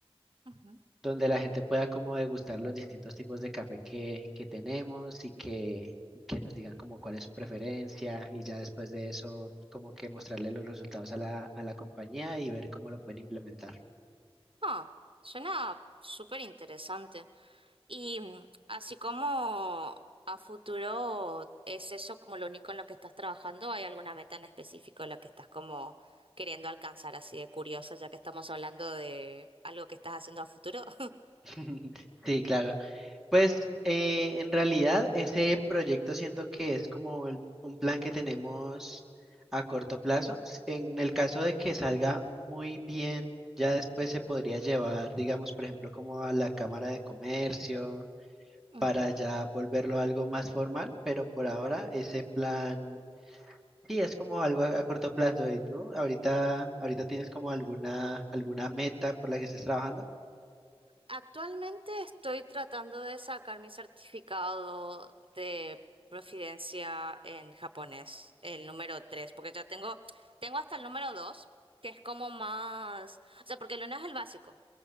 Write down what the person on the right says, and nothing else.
ujú.
Ah, suena súper interesante. Y mm, así como a futuro, ¿es eso como lo único en lo que estás trabajando? ¿Hay alguna meta en específico en la que estás como queriendo alcanzar así de curiosa, ya que estamos hablando de algo que estás haciendo a futuro? <laughs>
Ujú.
Actualmente estoy tratando de sacar mi certificado de proficiencia en japonés, el número 3 porque ya tengo, tengo hasta el número 2 que es como más, o sea, porque el 1 es el básico.